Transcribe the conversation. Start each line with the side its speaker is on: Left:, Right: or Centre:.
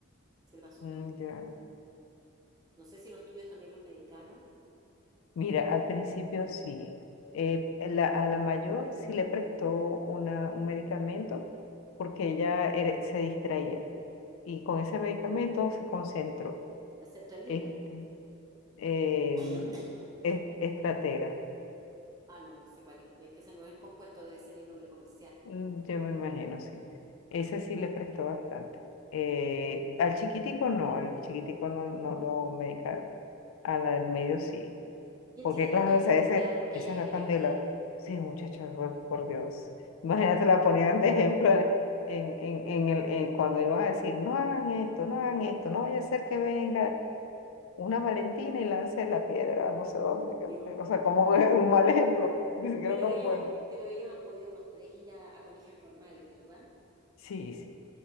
Right: Se le pasó
Left: mm,
Right: todo.
Left: ya.
Right: No sé si los tuyos también los medicaron.
Left: Mira, al principio sí. Eh, la- a la mayor sí le prestó una, un medicamento porque ella era- se distraía y con
Right: Ya.
Left: ese medicamento se concentró.
Right: La sertralina.
Left: Este, em,
Right: <clears throat>
Left: es, estratera,
Right: Ah, no, no sé cuál es. Es que ese no es el compuesto, debe ser el nombre comercial.
Left: mm, yo me imagino, sí. Ese sí le prestó bastante. Eh, al chiquitico no, al chiquitico no, no lo medicaron. A la del medio sí.
Right: Y
Left: Porque
Right: el chiquitito,
Left: claro, esa, ese,
Right: claro, porque
Left: esa
Right: ella es
Left: era
Right: hiperactiva.
Left: Candela. Sí, muchacha, por, por Dios. Imagínate, la ponían de ejemplo en, en, en, en el, en cuando iban a decir, no hagan esto, no hagan esto, no vaya a ser que venga una Valentina y lance la piedra a no sé dónde.
Right: Dios
Left: que no sé". o
Right: mío.
Left: sea, como <laughs> es un mal ejemplo, ni siquiera
Right: Pero
Left: un
Right: ellos,
Left: buen...
Right: pero ellos han podido los tres ir a, a colegios normales, ¿verdad?
Left: Sí, sí,